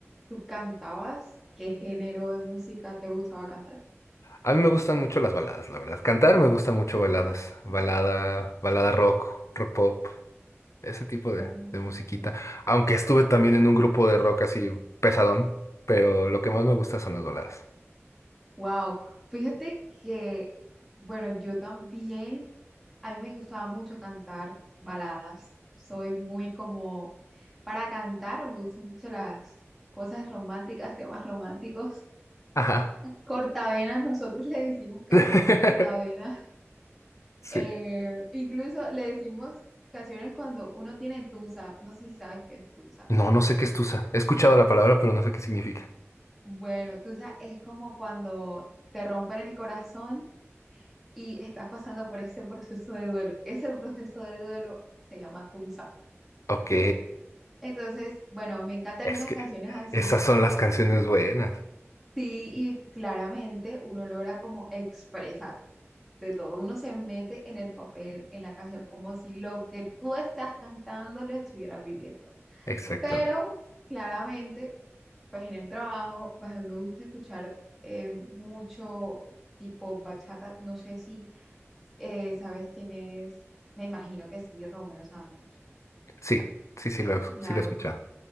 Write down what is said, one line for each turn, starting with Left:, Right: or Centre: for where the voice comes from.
Centre: ¿tú cantabas? ¿Qué género de música te gustaba cantar?
Left: A mí me gustan mucho las baladas, la verdad. Cantar me gusta mucho baladas, balada, balada rock, rock pop, ese tipo de,
Centre: Ok.
Left: de musiquita. Aunque estuve también en un grupo de rock así pesadón, pero lo que más me gusta son las baladas.
Centre: Wow, fíjate que, bueno, yo también, a mí me gustaba mucho cantar baladas. Soy muy como, para cantar me gustan mucho las cosas románticas, temas románticos.
Left: Ajá.
Centre: Cortavenas, nosotros le decimos canciones
Left: <laughs>
Centre: cortavenas.
Left: Sí.
Centre: Eh, incluso le decimos canciones cuando uno tiene tusa. No sé si sabes qué es tusa.
Left: No, no sé qué es tusa. He escuchado la palabra, pero no sé qué significa.
Centre: Bueno, tusa es como cuando te rompen el corazón y estás pasando por ese proceso de duelo. Ese proceso de duelo se llama tusa.
Left: Ok,
Centre: Entonces, bueno, me encantan
Left: es
Centre: esas
Left: que
Centre: canciones así.
Left: esas son las canciones buenas.
Centre: Sí, y claramente uno logra como expresar de todo. Uno se mete en el papel, en la canción, como si lo que tú estás cantando lo estuvieras viviendo.
Left: Exactamente.
Centre: Pero claramente pues en el trabajo, pues a mí me gusta escuchar eh, mucho tipo bachata. No sé si eh, sabes quién es, me imagino que sí, Romeo Santos.
Left: Sí, sí, sí lo,
Centre: Claro.
Left: sí lo he escuchado.